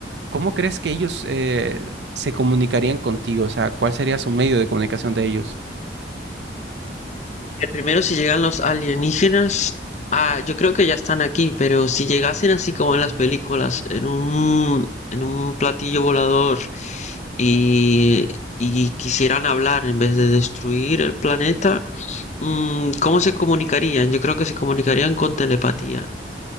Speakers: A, on the right; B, on the left.
A: cómo crees que ellos eh, se comunicarían contigo? O sea, ¿cuál sería su medio de comunicación de ellos?
B: ver, primero si llegan los alienígenas, ah, yo creo que ya están aquí, pero si llegasen así como en las películas, en un, en un platillo volador y, y quisieran hablar en vez de destruir el planeta, mm, ¿cómo se comunicarían? Yo creo que se comunicarían con telepatía.